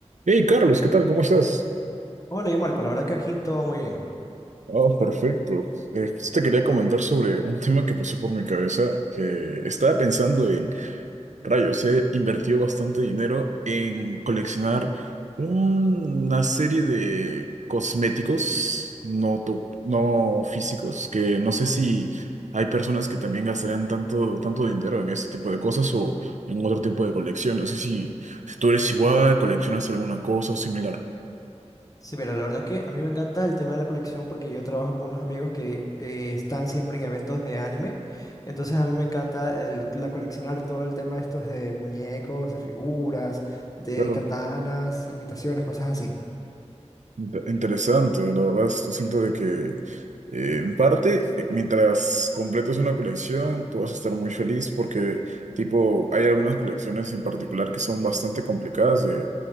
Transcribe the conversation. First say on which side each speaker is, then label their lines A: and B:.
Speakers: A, on the right (about 85°); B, on the left (about 30°).
A: Hey Carlos, ¿qué tal? ¿Cómo estás?
B: Hola, yo Marco, la verdad que aquí todo muy bien.
A: Oh, perfecto. Eh, pues te quería comentar sobre un tema que pasó por mi cabeza, que estaba pensando en, rayos, he invertido bastante dinero en coleccionar una serie de cosméticos no, to- no físicos, que no sé si hay personas que también gastarían tanto, tanto dinero en este tipo de cosas o en otro tipo de colección. No sé si, si tú eres igual, coleccionas alguna cosa o similar.
B: Sí, mira, la verdad que a mí me encanta el tema de la colección porque yo trabajo con unos amigos que eh, están siempre en eventos de anime. Entonces a mí me encanta el, la coleccionar todo el tema estos de muñecos, de figuras, de
A: Claro.
B: katanas, imitaciones, cosas así.
A: Inte- Interesante, la verdad, esto siento de que eh, en parte, eh, mientras completes una colección, tú vas a estar muy feliz porque, tipo, hay algunas colecciones en particular que son bastante complicadas de,